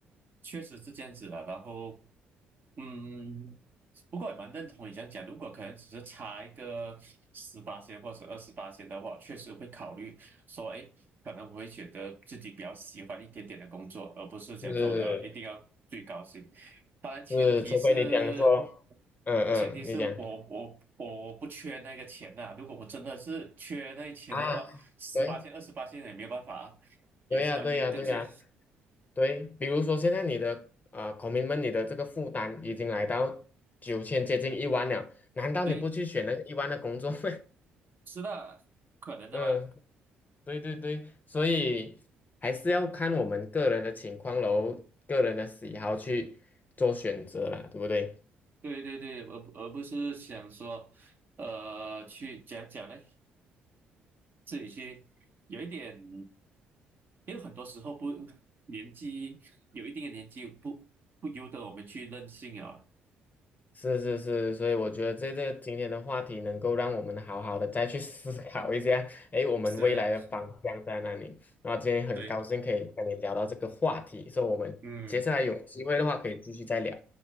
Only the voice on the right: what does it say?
确实是这样子的。然后，嗯，不过也蛮认同你这样讲。如果可能只是差一个十八线或者二十八线的话，确实会考虑说，哎，可能我会选择自己比较喜欢一点点的工作，而不是讲说，
呃，一定要最高薪。当然，前提是，
前提是我我我不缺那个钱呐、
如果我真的是缺那个钱的话，
十八线、
二十八线也没有办法啊，也是要应着贴。
对，是的，
可能的吗？
对对对，而不而不是想说，呃，去讲讲呢，自己去有一点，因为很多时候不年纪有一定的年纪不不由得我们去任性啊。
是，
对，
嗯，